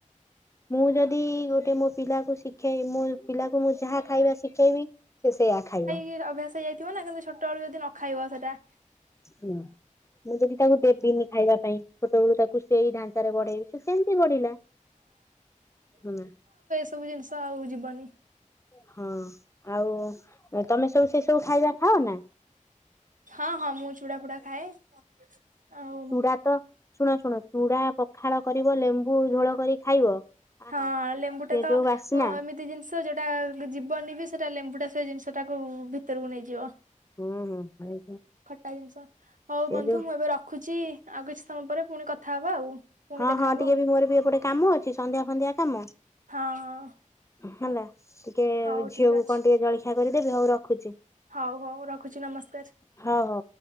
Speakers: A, on the left; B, on the right.
A: ମୁଁ ଯଦି ଗୋଟେ ମୋ ପିଲାକୁ ଶିଖେଇ ମୁଁ ପିଲାକୁ ମୁଁ ଯାହା ଖାଇବା ଶିଖେଇବି ସେ ସେୟା ଖାଇବ।
B: କି ଅଭ୍ୟାସ ହେଇଯାଇ ଥିବ ନା କିନ୍ତୁ ଛୋଟଏଳୁ ଯଦି ନ ଖାଇବ ସେଇଟା।
A: ହୁଁ ମୁଁ ଯଦି ତାକୁ ଦେବିନି ଖାଇବା ପାଇଁ ଛୋଟଏଳୁ ତାକୁ ସେଇ ଢାଞ୍ଚାରେ ବଢେ ଇ ସେ ସେମତି ବଢିଲା ହୁ।
B: ସବୁ ଜିନିଷ ଆଉ ଯିବନି।
A: ହଁ ଆଉ ତମେ ସବୁ ସେ ସବୁ ଖାଇବା ଖାଅ ନା।
B: ହଁ ହଁ ମୁଁ ଚୁଡ଼ା ପୁଡା ଖାଏ। ଆଉ
A: ଚୁଡା ତ ଶୁଣ ଶୁଣ ଚୁଡା ପଖାଳ କରିବ ଲେମ୍ବୁ ଝୋଳ କରି ଖାଇବ। ଆହା
B: ହଁ ଲେମ୍ବୁ
A: ସେ
B: ଟା ତ
A: ଯୋଉ ବାସ୍ନା
B: ଅ ଏମିତି ଜିନିଷ ଷ ଯଉଟା ଯିବନି ବି ସେଟା ଲେମ୍ବୁଟା ସେ ଜିନିଷ ଟାକୁ ଭିତରକୁ ନେଇଯିବ।
A: ହୁଁ ହୁଁ ଭାଇ
B: ଖଟା ଜିନିଷ ହଉ
A: ସେ
B: ବନ୍ଧୁ
A: ଯୋଉ
B: ମୁଁ ଏବେ ରଖ ଖୁଛି ଆଉ କିଛି ସମୟ ପରେ ପୁଣି କଥାହବା ଆଉ। ପୁଣି
A: ହଁ
B: ଦେଖାହବ
A: ହଁ ଟିକେ
B: ଆଉ
A: ବି ମୋର ବି ଏପଟେ କାମ ଅଛି ସନ୍ଧ୍ୟା ଫନ୍ଧ୍ୟା କାମ।
B: ହଁ।
A: ହେଲା ଟିକେ
B: ହଉ
A: ଝିଅକୁ
B: ଠିକ ଅଛି
A: କଣ ଟିକେ ଜଳଖିଆ କରିଦେବି ହଉ ରଖୁଚି।
B: ହଉ ହଉ ରଖୁଛି ନମସ୍କାର।
A: ହ ହଉ।